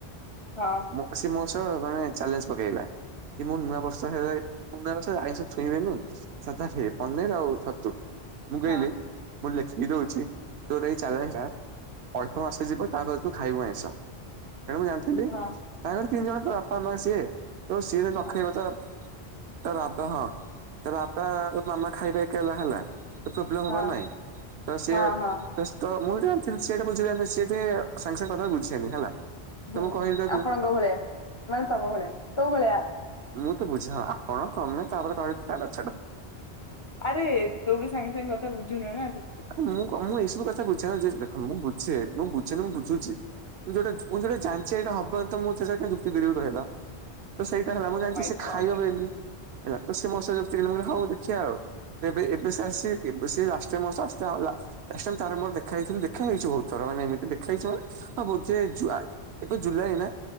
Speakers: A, on the left (about 45°); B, on the right (about 75°).
A: ହଁ
B: ମୋ-ସେ ମୋ ସହ ମାନେ ଚାଲେଞ୍ଜ ପକେଇଲା। କି ମୁଁ ନୂଆ ବର୍ଷ ହେଲେ ମୁଁ ନୂଆ ବର୍ଷରେ ଆଇଁଷ ଛୁଇଁବିନି ସାଧା ଖାଇବେ ପନିର ଆଉ ଛତୁ। ମୁଁ କଇଲି
A: ହଁ
B: ମୁଁ କଇଲି ଲେଖି ଇଦୋଉଛି ତୋର ଏଇ ଚ୍ୟାଲେଞ୍ଜଟା ଅଳ୍ପ ମାସ ଯିବ ତାପରେ ତୁ ଖାଇବୁ ଆଇଁଷ। କାରଣ ମୁଁ ଜାଣିଥିଲି
A: ହଁ।
B: ତାଙ୍କର ତିନି ଜଣ ତା ବାପା, ମାଆ, ସିଏ ତ ସିଏ ଯଦି
A: ହଁ
B: ନଖେଇବ ତା ତା ବାବା ହଁ ତା ବାବା ଓ ମାମା ଖାଇବେ ଏକେଲା ହେଲା। ପ୍ରୋବ୍ଲେମ
A: ହଁ
B: ହବା ନା ନାଇଁ ତ ସିଏ
A: ହଁ ହଁ
B: ବ୍ୟସ୍ତ ମୁଁ ଜାଣିଥିଲି ସେ ଏଟା ବୁଝିଲାନି ସିଏ ଟିକେ ସାଙ୍ଗେ ସାଙ୍ଗେ କଥାଟା ବୁଝେନି ହେଲା। ତ
A: ହୁଁ
B: ମୁଁ କହିଲି ତାକୁ
A: ଆପଣଙ୍କ ଭଳିଆ ମାନେ ତମ ଭଳିଆ ତୋ ଭଳିଆ।
B: ମୁଁ ତ ବୁଝା ଆପଣ ତମେ ତାପରେ କହି ଛାଡ଼ ଛାଡ଼।
A: ଆରେ ତୁ ବି ସାଙ୍ଗେ ସାଙ୍ଗେ କଥା ବୁଝୁନା ନା ସେଥିପାଇଁ।
B: ଆରେ ମୁଁ ମୁଁ ଏଇସବୁ କଥା ବୁଝେ ଦେଖ ମୁଁ ବୁଝେ ମୁଁ ବୁଝେନି ମୁଁ ବୁଝୁଛି। ମୁଁ ଯୋଉଟା ମୁଁ ଯୋଉଟା ଜାଣିଛି ଏଇଟା ହବନି ତ ମୁଁ ସେ ଯୁକ୍ତିିବି କହିଲ ତ ସେଇ ହେଲା ମୁଁ
A: ଓ
B: ଜାଣିଛି
A: ମାଇ
B: ସେ
A: ଗଡ୍
B: ଖାଇଅବେଲି ହେଲା ସିଏ ମୋ ସହ ଯୁକ୍ତି କଲା ମୁଁ କହିଲି ହଉ ଦେଖିଆ ଆଉ ଏବେଏବେ ସେ <unintelligible> ଲାଷ୍ଟ ଟାଇମ୍ ତାର ମୋର ଦେଖା ହେଇଥିଲୁ ଦେଖା ହେଇଛୁ ବହୁତ ଥର ମାନେ ଏମିତି ଦେଖା ହେଇଛି ମାନେ ହଁ ବୋଧେ ଜ୍ଜ୍ୱା ଏବେ ଜୁଲାଇ ନା